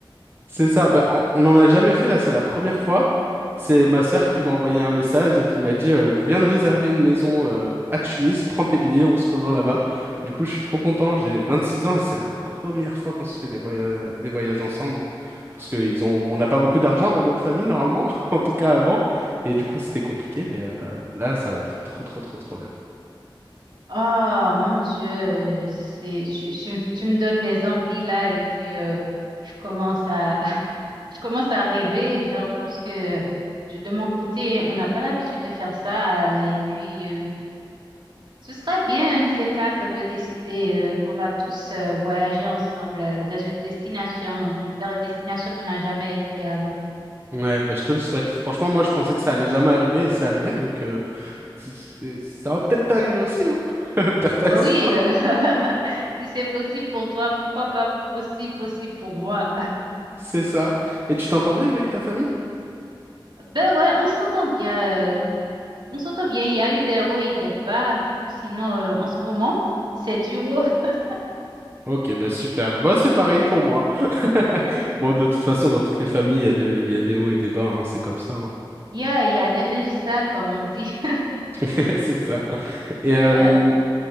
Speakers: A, on the right; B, on the right.
A: C'est ça, bah, on on n'en a jamais fait là, c'est la première fois. C'est ma sœur qui m'a envoyé un message et qui m'a dit euh, Je viens de réserver une maison euh, à Tunis, prends tes billets, on se rejoint là-bas. Du coup, je suis trop content, j'ai 26 ans et c'est la première fois qu'on se fait des voyages, des voyages ensemble. Parce que ils ont, on n'a pas beaucoup d'argent dans notre famille, normalement, <laughs> en tout cas avant. Et du coup, c'était compliqué, mais euh, là, ça va être trop, trop, trop, trop bien.
B: Ah, mon Dieu, c'est tu, tu, me tu me donnes des envies là et puis euh, je commence à <laughs> je commence à rêver genre parce que je- de mon côté on n'a pas l'habitude de faire ça euh, et puis euh, ce serait bien un de ces quatre de décider euh, qu'on va tous euh, voyager ensemble euh, dans une destination vers une destination qu'on n'a jamais été avant.
A: Ouais, bah, je te le souhaite. Franchement, moi, je pensais que ça allait jamais arriver et c'est arrivé, donc euh, c'est- c'est- ça va peut-être t'arriver aussi, hein. <laughs> Perds pas
B: Oh
A: espoir.
B: oui, euh, <laughs> si c'est possible pour toi, pourquoi pas aussi possible pour moi?
A: C'est ça. Et tu t'entends bien avec ta famille?
B: Ben ouais, on s'entend bien. euh, On s'entend bien, il y a eu des hauts et des bas. Sinon, euh, en ce moment, c'est du haut. <laughs>
A: Ok, bah super. Bah c'est pareil pour moi. <laughs> Bon, de toute façon, dans toutes les familles, il y a de- il y a des hauts et des bas, hein, c'est comme ça. hein.
B: Il y a, il y a des linges sales, comme on dit. <laughs>
A: <laughs> C'est ça. Et, euh,
B: Euh,